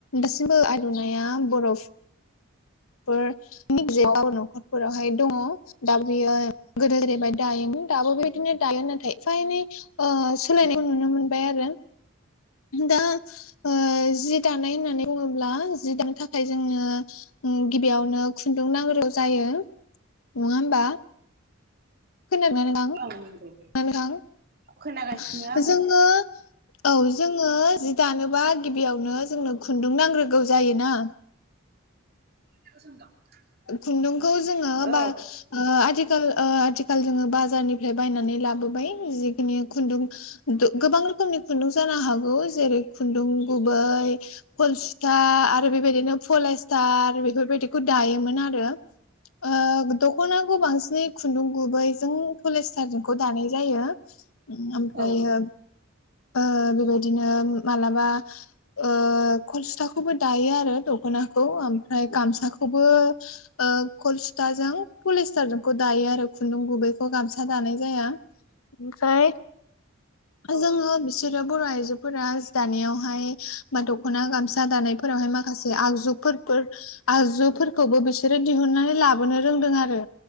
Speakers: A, on the left; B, on the right.
A: दासिमबो आल'नाया बर'फ फोर मिजे गाब न'खरफोरावहाय दङ। दा बियो गोदो जेरैबायदि दायोमोन। दाबो बेबायदिनो दायो नाथाय। एफा एनै ओ सोलायनायखौ नुनो मोनबाय आरो दा ओ जि दानाय होननानै बुङोब्ला जि दानो थाखाय जोङो उम गिबियावनो खुन्दुं नांग्रोगौ जायो। नङा होमबा? खोना दोंना नोंथां?
B: औ नंगौ।
A: नोथां
B: खोनागासिनो आङो
A: जोङो औ जोङो जि दानोबा गिबियावनो जोंनो खुन्दुं नांग्रोगौ जायोना।
B: <unintelligible>
A: खुन्दुंखौ जोङो
B: औ
A: बा ओ आथिखाल ओ आथिखाल जोङो बाजारनिफ्राय बायनानै लाबोबाय। जिखिनि खुन्दुं दो गोबां रोखोमनि खुन्दुं जानो हागौ। जेरै- खुन्दुं गुबै हलसुथा आरो बेबायदिनो पलस्टार बेफोरबायदिखौ दायोमोन आरो। ओ दखनाखौ बांसिनै खुन्दुं गुबैजों पलिस्टारजोंखौ दानाय जायो। ओमफ्रायो
B: औ
A: ओ बेबायदिनो मालाबा ओ कलसुथा खौबो दायो आरो दख'नाखौ ओमफ्राय गामसाखौबो ओ कलसुथाजों पलिस्टारखौ दायो आरो खुन्दुं गुबैखौ गामसा दानाय जाया। ओमफ्राय
B: औ
A: जोङो बिसोरो बर' आइजोफोरा जि दानायावहाय बा दख'ना गामसा दानायफोरावहाय माखासे आगजुफोर फोर आगजुफोरखौबो बिसोरो दिहुननानै लाबोनो रोंदों आरो